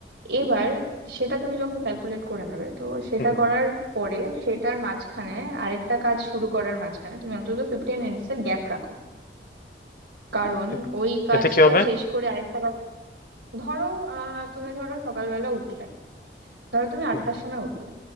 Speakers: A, on the right; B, on the left.
A: এবার সেটা তুমি যখন ক্যালকুলেট করে নেবে তো সেটা
B: হুম হুম।
A: করার পরে সেটার মাঝখানে আরেকটা কাজ শুরু করার মাঝখানে তুমি অন্তত ফিফটিন মিনিটস এর গ্যাপ রাখো কারণ
B: এ-
A: ওই কাজটা
B: এতে কি হবে
A: শেষ করে আরেকটা কাজ ধরো আহ তুমি ধরো সকালবেলা উঠলে ধরো তুমি আটটার
B: হুম
A: সময় উঠলে